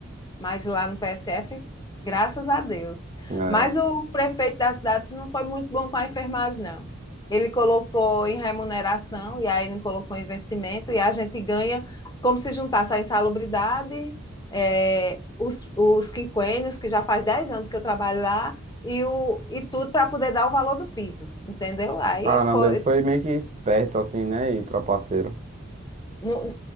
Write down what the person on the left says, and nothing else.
mas lá no PSF, graças a Deus.
Mas o prefeito da cidade não foi muito bom com a enfermagem, não. Ele colocou em remuneração e aí não colocou em vencimento, e a gente ganha como se juntasse a insalubridade, eh, os, os quinquênios, que já faz 10 anos que eu trabalho lá, e, o, e tudo para poder dar o valor do piso, entendeu? Aí
foi.
não-